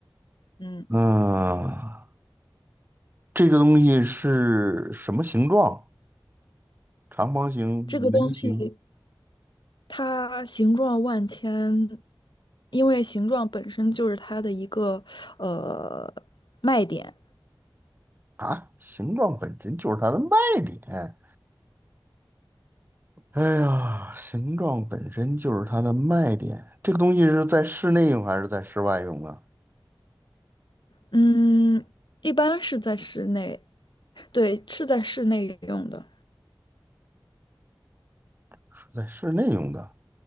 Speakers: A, on the left; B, on the right.
A: 嗯，
B: 嗯，这个东西是什么形状？长方形、
A: 这个东西。
B: 圆形？
A: 它形状万千，因为形状本身就是它的一个呃卖点。
B: 啊，形状本身就是它的卖点。哎呀，形状本身就是它的卖点。这个东西是在室内用还是在室外用啊？
A: 嗯，一般是在室内，对，是在室内用的。
B: 是在室内用的。